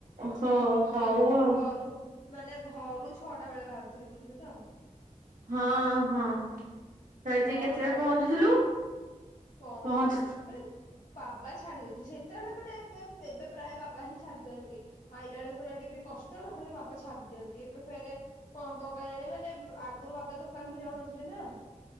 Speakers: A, on the right; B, on the left.
A: ହଁ
B: ମାନେ
A: ହଉ ଆଉ।
B: ଘରୁ ମାନେ ଘରୁ ଛଅଟା ବେଳେ ବାହାରୁଥିଲି ବୁଝିଲୁ ତ।
A: ହଁ ହଁ ସେଜି
B: ଛଅଟା
A: କେତେଟାରେ
B: ବେଳୁ
A: ପହଞ୍ଚୁଥିଲୁ
B: ପହଞ୍ଚୁଥିଲି
A: ପହଞ୍ଚି
B: ମାନେ ବାବା ଛାଡି ଦଉଥିଲେ ସେତେବେଳେ ମାନେ ଏବେ ଏବେ ପ୍ରାୟ ବାବା ହିଁ ଛାଡି ଦିଅନ୍ତି ଆଇଲା ବେଳକୁ ଟିକେ କଷ୍ଟ ନହଲେ ବାବା ଛାଡି ଦିଅନ୍ତି ଏବେ ଫରେ କଣ ପକାଯାଣି ମାନେ ଆଗରୁ ବାବା ଦୋକାନକୁ ଯାଉନଥିଲେ ନା।